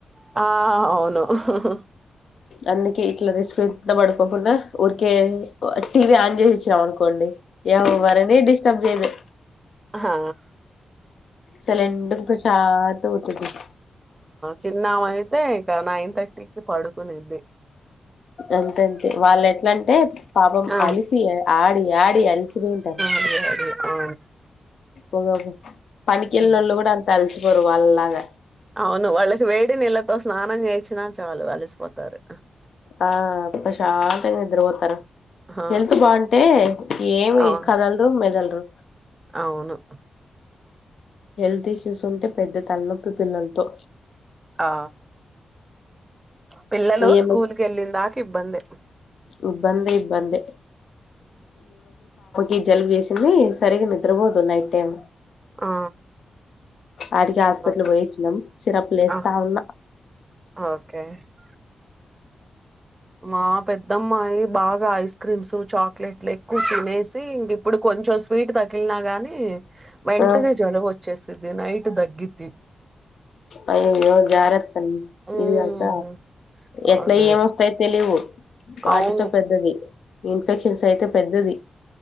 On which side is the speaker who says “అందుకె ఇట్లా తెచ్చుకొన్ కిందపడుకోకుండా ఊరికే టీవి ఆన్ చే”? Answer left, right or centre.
Left